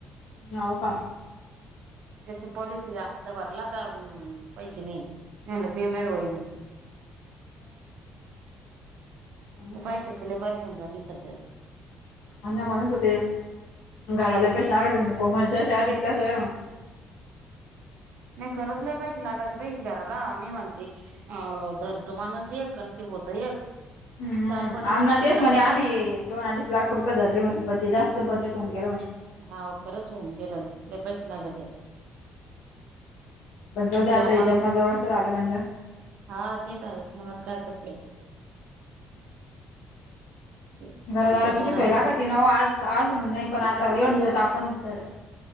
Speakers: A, on the left; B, on the right.
A: होव का.
B: त्याची पॉलिसी हप्ता भरला आता. पैसे नाही म्हलं पेमेंट होई.
A: हम्म
B: पैशाची लय पारशान झाली सध्याच.
A: अण्णा म्हणत होते घराला पेश लागत म्ह कोमल जसे आक तसे.
B: नई खरंच लई पैसे लागते बाई घराला मी म्हणते. अ धरतो माणूस एक आणि ते होतं एक
A: हम्म
B: चार. पटीनं
A: अण्णा
B: पैसे
A: तेच
B: लागत्या
A: म्हणे आम्ही दोन अडीच लाख रुपये धरले म्हणे पण ते जास्त बजेट होऊन गेलं म्हणे.
B: हा खरंच होऊन गेलं लई पैसे लागतेत.
A: पण जाऊ दे
B: ते
A: आता हे
B: माणुस
A: जन्मजोगाचं
B: पकडते
A: झालं म्हणलं
B: हा ते तर हायेच मग आता काय करते. ते
A: घरदाराची
B: त्याच
A: बी
B: काम
A: सोय लागती ना ओ. आज अजून नई पण आता एवढे दिवस आपण तर